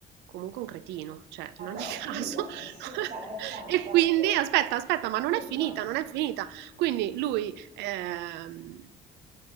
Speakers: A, on the right (about 85°); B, on the right (about 60°).
A: comunque un cretino, cioè
B: Vabbè,
A: in ogni <laughs>
B: sì,
A: caso
B: a prescindere,
A: <laughs>
B: cioè nel senso,
A: e
B: ecco.
A: quindi aspetta, aspetta, ma non
B: Sì,
A: è
B: sì,
A: finita,
B: vai.
A: non è finita. Quindi lui, ehm,